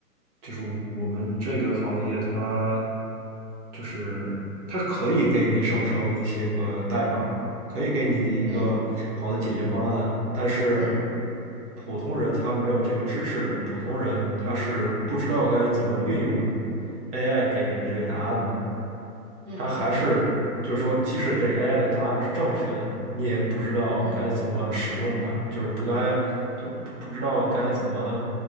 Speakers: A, on the right; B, on the right.
A: 就是我们这个行业它就是它可以给你生成一些个代码，可以给你一个好的解决方案，
B: 嗯
A: 但是
B: 嗯
A: 普通人他没有这个知识的，普通人他是不知道该怎么运用 AI 给你的这个答案的。
B: 嗯嗯
A: 它还是就是说，即使这 AI 的答案是正确的，你也不知道该怎么使用它，
B: 嗯嗯，
A: 就是不该就不不知道该怎么，